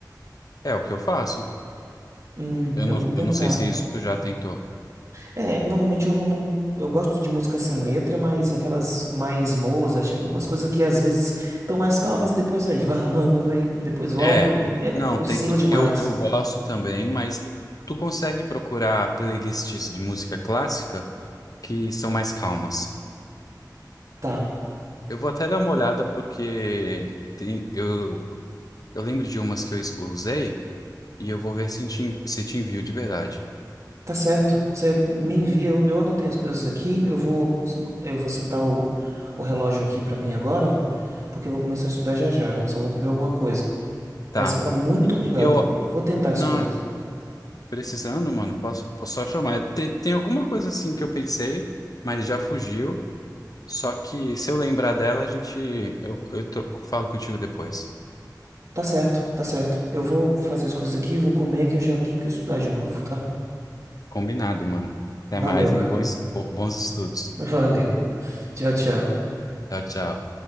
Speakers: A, on the left; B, on the right.
A: é o que eu faço.
B: Hum,
A: Eu
B: eu
A: não,
B: vou tentar.
A: eu não sei se isso tu já tentou.
B: É, normalmente eu não, não- eu gosto de música sem letra, mas aquelas mais Mozart, umas coisas que às vezes estão mais calmas, depois aí, vá, vá, vá, <laughs> vai, depois volta,
A: É,
B: e é,
A: não,
B: oscila
A: tem que.
B: demais.
A: Eu, eu gosto também, mas tu consegue procurar playlists de música clássica que são mais calmas.
B: Tá,
A: Eu vou até dar uma olhada porque tem, eu, eu lembro de umas que eu es- usei e eu vou ver se te, en- se te envio de verdade.
B: tá certo. Você me envia, eu, eu anotei as coisas aqui, eu vou, eu vou setar o, o relógio aqui pra mim agora, porque eu vou começar a estudar já já, né? Só vou comer alguma coisa.
A: Tá.
B: Mas, cara, muito
A: E
B: obrigado.
A: Eu,
B: Eu vou tentar as
A: não,
B: coisas.
A: precisando, mano, posso, posso só chamar. Tem, tem alguma coisa assim que eu pensei, mas já fugiu. Só que se eu lembrar dela, a gente, eu, eu tro- falo contigo depois.
B: Tá certo, tá certo. Eu vou fazer as coisas aqui, vou comer, que eu já tenho que estudar de novo, tá?
A: Combinado, mano. Até
B: Valeu,
A: mais,
B: cara.
A: hein? Bons, bons estudos.
B: Valeu. Tchau, tchau.
A: Tchau, tchau.